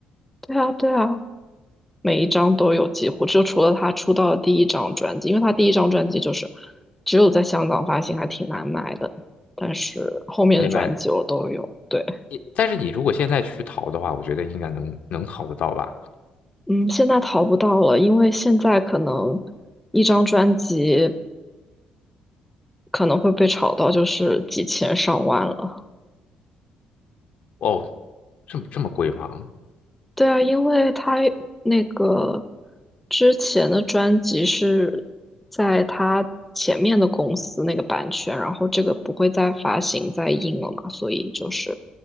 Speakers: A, in the centre; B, on the left.
A: 对啊，对啊，每一张都有几乎，就除了他出道的第一张专辑，因为他第一张专辑就是只有在香港发行，还挺难买的。但是后面的专辑我都有，
B: 没买？
A: 对，
B: 你但是你如果现在去淘的话，我觉得应该能能淘得到吧？
A: 嗯，现在淘不到了，因为现在可能一张专辑可能会被炒到就是几千上万了。
B: 哦，这么这么贵吗？
A: 对啊，因为他那个之前的专辑是在他前面的公司那个版权，然后这个不会再发行再印了嘛，所以就是